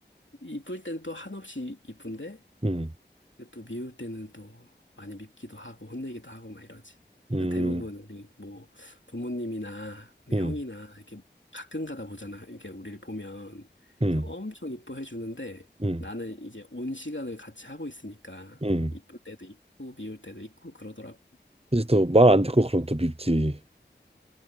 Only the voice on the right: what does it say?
음,
음,
음,
음,
음,
음.
그치, 또말 안 듣고 그럼 또 밉지.